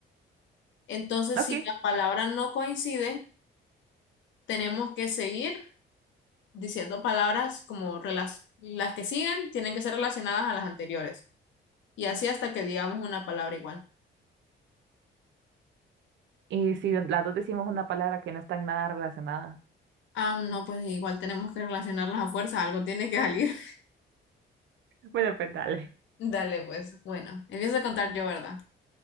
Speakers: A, on the left; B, on the right.
A: Entonces,
B: Ok,
A: si la palabra no coincide, tenemos que seguir diciendo palabras como relac- las que siguen tienen que ser relacionadas a las anteriores. Y así hasta que digamos una palabra igual.
B: y si las dos decimos una palabra que no está en nada relacionada.
A: Ah, no, pues igual tenemos que relacionarlas a fuerza, algo tiene que salir.
B: Bueno, pues dale.
A: <laughs> Dale, pues, bueno, empiezo a contar yo, ¿verdad?